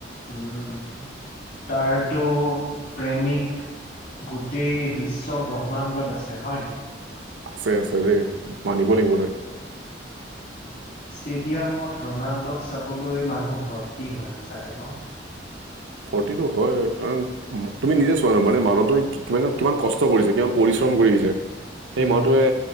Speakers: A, on the left (about 50°); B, on the right (about 80°).
A: উম তাৰটো প্ৰেমিক গোটেই বিশ্ব ব্ৰহ্মাণ্ডত আছে হয় নাই?
B: আছে আছে দেই মানিব লাগিব তাক।
A: ষ্টেডিয়ামত ৰনাল্ডক চাবলৈ মানুহ ভৰ্তি হয় ন চাগে ন?
B: ভৰটিটো হয় ত তুমি নিজে চোৱা ন মানে মানুহটোৱে কিমান কষ্ট কৰিছে কিমান পৰি- স্ৰম কৰিছে
A: অৰ
B: সেই মানুহটোৱে